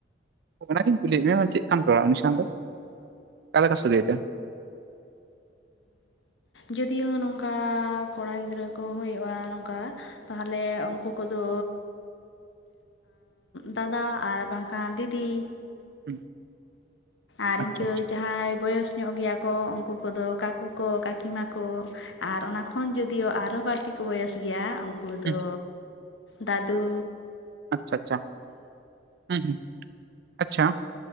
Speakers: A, on the right; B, on the left.
A: ᱚᱱᱟᱜᱤᱧ ᱠᱩᱞᱤᱭᱮᱫ ᱢᱮᱭᱟ ᱪᱮᱫᱠᱟᱢ ᱨᱚᱲᱟ ᱩᱱᱤ ᱥᱟᱶ ᱫᱚ ᱚᱠᱟᱞᱮᱠᱟ ᱥᱟᱹᱜᱟᱭ ᱛᱮ?
B: ᱡᱚᱫᱤᱭᱳ ᱱᱚᱝᱠᱟ ᱠᱚᱲᱟ ᱜᱤᱫᱽᱨᱟᱹ ᱠᱚ ᱦᱩᱭᱩᱜᱼᱟ ᱱᱚᱝᱠᱟ ᱛᱟᱦᱚᱞᱮ ᱩᱝᱠᱩ ᱠᱚᱫᱚ ᱫᱟᱫᱟ ᱟᱨ ᱵᱟᱝᱠᱷᱟᱱ ᱫᱤᱫᱤ᱾
A: <unintelligible>
B: ᱟᱨ
A: ᱟᱪᱪᱷᱟ
B: ᱤᱝᱠᱟᱹ
A: ᱟᱪᱪᱷᱟ
B: ᱡᱟᱦᱟᱸᱭ ᱵᱚᱭᱮᱥ ᱧᱚᱜ ᱜᱮᱭᱟ ᱠᱚ ᱩᱝᱠᱩ ᱠᱚᱫᱚ ᱠᱟᱠᱩ ᱠᱚ ᱠᱟᱹᱠᱤᱢᱟ ᱠᱚ᱾ ᱟᱨ ᱚᱱᱟ ᱠᱷᱚᱱ ᱡᱚᱫᱤᱭᱳ ᱟᱨᱦᱚᱸ ᱵᱟᱹᱲᱛᱤ ᱠᱚ ᱵᱚᱭᱮᱥ ᱜᱮᱭᱟ ᱩᱱᱠᱩ ᱩᱱᱠᱩ
A: ᱦᱩᱸ
B: ᱫᱚ ᱫᱟᱹᱫᱩ᱾
A: ᱟᱪᱪᱷᱟ, ᱟᱪᱪᱷᱟ, ᱦᱩ, ᱦᱩ, ᱟᱪᱪᱷᱟ